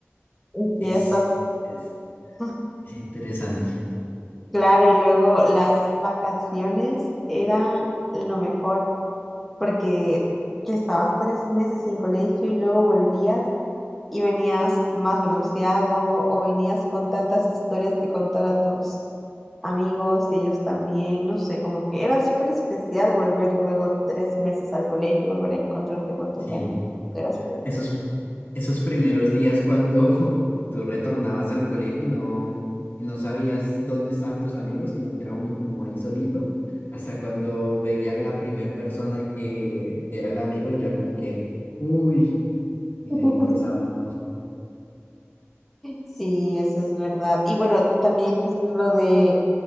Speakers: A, in the centre; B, on the left.
A: y fiestas.
B: es, es,
A: <laughs>
B: es interesante.
A: Claro, y luego las vacaciones eran lo mejor porque que estabas tres meses sin colegio y luego volvías y venías más bronceado o venías con tantas historias que contar a tus amigos y ellos también, no sé, como que era súper especial volver luego tres meses al colegio y volver a encontrarte con tu
B: Sí,
A: gente. Era súper...
B: esos, esos primeros días cuando <laughs> tú retornabas al colegio y no, y no sabías dónde estaban tus amigos, sino que era uno como ahí solito, hasta cuando veía la primera persona que, que era el amigo y ya como que, uy, y
A: <laughs>
B: ahí empezaba todo.
A: Sí, eso es verdad. Y bueno, también está lo de